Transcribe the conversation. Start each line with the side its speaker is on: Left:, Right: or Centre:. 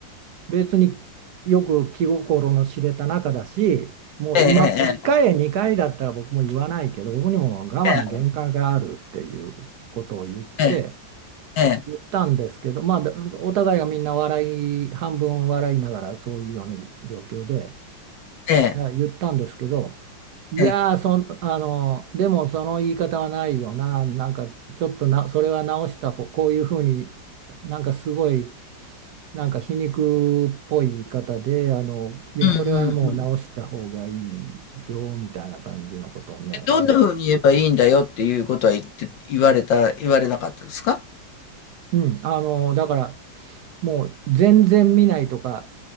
Right: 別によく気心の知れた仲だし、もう今、
Left: え
Right: 1回や2回だったら僕も言わないけど、
Left: え、
Right: 僕にも我慢の限界があるっていうことを言って、
Left: ええ、ええ、ええ、
Right: 言ったんですけど、まあ、だお互いがみんな笑い、半分笑いながらそういうような状況で、
Left: ええ、
Right: いや、言ったんですけど、いやーそん、
Left: ええ
Right: あの、でもその言い方はないよな、なんかちょっとな、それは直した方、こういうふうになんかすごい、なんか皮肉っぽい言い方で、あの、いや、
Left: うんうんうん。
Right: それはもう直した方がいいよ、みたいな感じのことをね、
Left: でどんな風に言えばいいんだよっていうことは言って、言われた、言われなかったですか
Right: うん、あのだからもう全然見ないとか